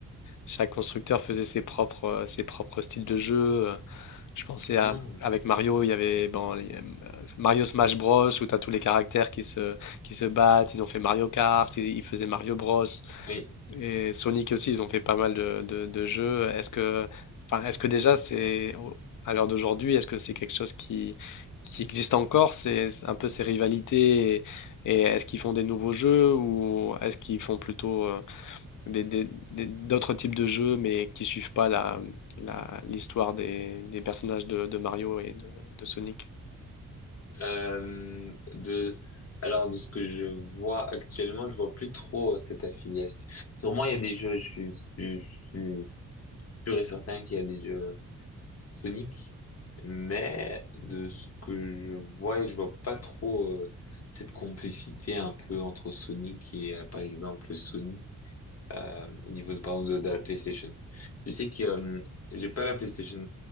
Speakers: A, on the left; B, on the left.
A: chaque constructeur faisait ses propres, ses propres styles de jeu. euh, Je pensais
B: Ah,
A: à, avec Mario, il y avait bon, il y a, euh, Mario Smash Bros où tu as tous les caractères qui se, qui se battent. Ils ont fait Mario Kart, ils, ils faisaient Mario Bros.
B: oui.
A: Et Sonic aussi, ils ont fait pas mal de, de- de jeux. Est-ce que, enfin, est-ce que déjà, c'est au- à l'heure d'aujourd'hui, est-ce que c'est quelque chose qui, qui existe encore? C'est c'est un peu ces rivalités et, et est-ce qu'ils font des nouveaux jeux ou est-ce qu'ils font plutôt euh, des- des- des- d'autres types de jeux, mais qui suivent pas la, la- l'histoire des, des personnages de, de Mario et de, de Sonic.
B: Euh, de, alors, de ce que je vois actuellement, je vois plus trop euh, cette affiliation. Sûrement, il y a des jeux, je suis, je suis je suis sûr et certain qu'il y a des jeux Sonic, mais de ce que je vois, et je vois pas trop euh, cette complicité un peu entre Sonic et euh, par exemple Sony euh, au niveau de, par exemple, de, de la PlayStation. Je sais que euh, j'ai pas la PlayStation